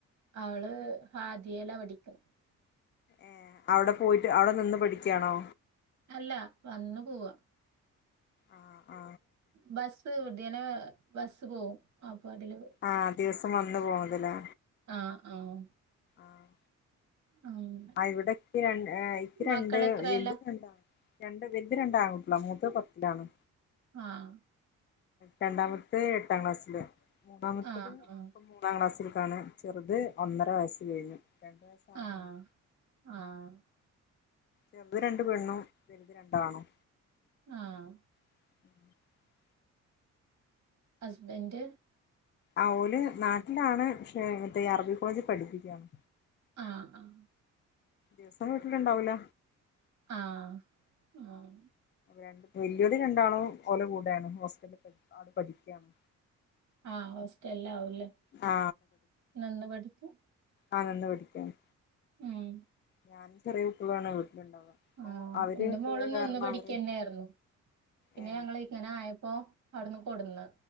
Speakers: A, on the right (about 65°); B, on the left (about 35°).
A: അവള് ഹാദിയലാപടിക്ക്‌ണ്
B: ഏഹ് അവിടെ പോയിട്ട് അവിടെ നിന്ന് പഠിക്കണോ
A: അല്ല വന്നു പോവാ
B: ആഹ്‌ അ
A: ബസ്സ് ഇദ്യനെ ബസ്സ്‌ പോവും അപ്പതില്
B: ആഹ്‌ ദിവസം വന്ന് പോവുലേ
A: ആഹ്‌ ആഹ്‌
B: ആഹ്‌
A: അമം‌
B: അഹ് ഇവിടെക്ക്യരൺ ഇക്ക്രണ്ട്
A: മക്കളെത്രേലാ
B: വൽത് രണ്ടാണ് രണ്ട് വൽത് രണ്ടാകുട്ട്യാളാ മൂത്തത് പത്തിലാണ്
A: ആഹ്‌
B: രണ്ടാമത്തത് എട്ടാം ക്ലാസ്സില് മൂന്നാമത്തത്
A: ആഹ് ആഹ്
B: ഇപ്പം <inaudible> ഒന്നാം ക്ലാസ്സിൽ കാണ് ചെറുത് ഒന്നര വയസ്സ് കഴിഞ്ഞു രണ്ട് വയസ്സാവാനായി
A: ആഹ്‌ ആഹ്‌
B: ചെർത് രണ്ട് പെണ്ണും വെൽത് രണ്ടാണും
A: ആഹ്‌
B: <inaudible>
A: ഹസ്ബന്റ്
B: ആഹ് ഓല് നാട്ടിലാണ് പക്ഷേ ഇവട്ത്തെ അറബി കോളേജി പഠിപ്പിക്കാണ്
A: ആഹ്‌ ആഹ്‌
B: ദിവസം വീട്ടില് ഉണ്ടാവുല
A: ആഹ് ആഹ്
B: രണ്ട് വല്ല്യത് രണ്ടാളും ഓല കൂടെയാണ് ഹോസ്റ്റലിൽ നിന്ന് പഠിക്കാണ്
A: ആഹ്‌ ഹോസ്റ്റലിലാവൂല്ലേ
B: ആ
A: നിന്ന് പഠിക്ക
B: ആഹ് നിന്ന് പഠിക്കാണ്
A: ഉം
B: ഞാനും ചെറിയ കുട്ട്യളാണ് വീട്ടില ഇണ്ടാവുക അപ്പൊ
A: ആഹ്
B: അവര്
A: എന്റെ
B: പോയ
A: മോളും
B: കാരണം
A: നിന്ന് പഠിക്കന്നെയായിരുന്നു
B: അവര്
A: പിന്നെ
B: ഏ
A: ഞങ്ങള് ഇങ്ങനെ ആയപ്പോ അവിടുന്ന് കൊടന്ന്